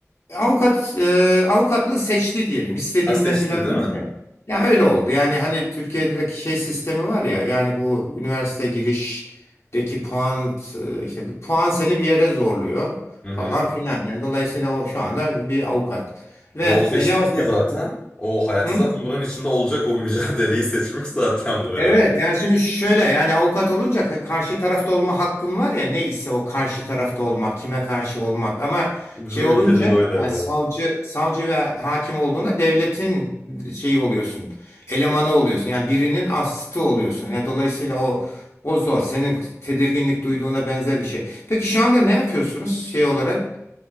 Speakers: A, on the left; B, on the left.
A: Avukat e, avukatlığı seçti diyelim. İstediğinden
B: Ha seçti
A: filan
B: değil
A: değil
B: mi?
A: de. Ya öyle oldu. Yani hani Türkiye'deki şey sistemi var ya. Yani bu üniversite girişteki puan e, işte bir puan seni bir yere zorluyor
B: Hı hı.
A: falan filan. Yani dolayısıyla o şu anda bir avukat. Ve
B: Yol seçtiyse
A: e, yavaş yavaş.
B: zaten o hayatı
A: Hı?
B: zaten bunun içinde olacak o mücadeleyi seçmiş zaten bu arada.
A: Evet yani şimdi şöyle yani avukat olunca k- karşı tarafta olma hakkım var ya ne ise o karşı tarafta olmak kime karşı olmak ama
B: Bizim
A: şey olunca
B: ülkede böyle
A: yani
B: haber.
A: savcı savcı ve hakim olduğunda devletin şeyi oluyorsun elemanı oluyorsun yani birinin astı oluyorsun yani dolayısıyla o o zor senin tedirginlik duyduğuna benzer bir şey. Peki şu anda ne yapıyorsunuz şey olarak